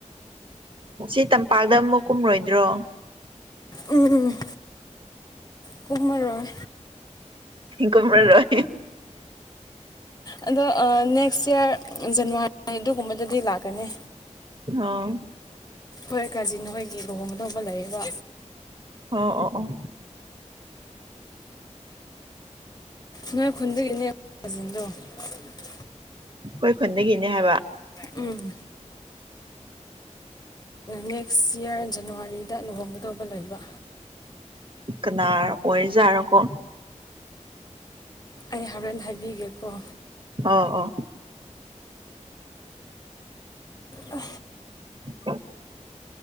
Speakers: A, on the right; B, on the left.
A: ꯁꯤ ꯇꯝꯄꯥꯛꯇ ꯑꯃꯨꯛ ꯀꯨꯝꯔꯣꯏꯗ꯭ꯔꯣ
B: ꯎꯝ ꯀꯨꯝꯃꯔꯣꯏ
A: ꯀꯨꯝꯃꯔꯣꯏ
B: ꯑꯗꯣ ꯅꯦꯛꯁ ꯏꯌꯥꯔ ꯖꯅꯋꯥꯔꯤ ꯑꯗꯨꯒꯨꯝꯕꯗꯗꯤ ꯂꯥꯛꯀꯅꯤ
A: ꯑꫭ
B: ꯑꯈꫭꯏ ꯀꯥꯖꯤꯟ ꯑꯃꯒꯤ ꯂꯨꯍꯣꯡꯒꯗꯧꯕ ꯂꯩꯕꯥ
A: ꯑꯣ ꯑꯣ ꯑꯣ
B: ꯅꯣꯏ ꯈꯨꯟꯗꯒꯤꯅꯦꯥꯁꯤꯡꯟꯗꯣ <unintelligible>
A: ꯑꯩꯈꯣꯏ ꯈꯨꯟꯗꯒꯤꯅꯦ ꯍꯥꯏꯕ
B: ꯎꯝ ꯅꯦꯛꯁ ꯏꯌꯥꯔ ꯖꯅꯋꯥꯔꯤꯗ ꯂꯨꯍꯣꯡꯒꯗꯧꯕ ꯂꯩꯕ
A: ꯀꯅꯥ ꯑꯣꯏꯖꯥꯔꯣꯀꯣ
B: ꯑꯩ ꯍꯣꯔꯦꯟ ꯍꯥꯏꯕꯤꯒꯦꯀꯣ
A: ꯑꯥ ꯑꯥ
B: ꯑ
A: ꯑ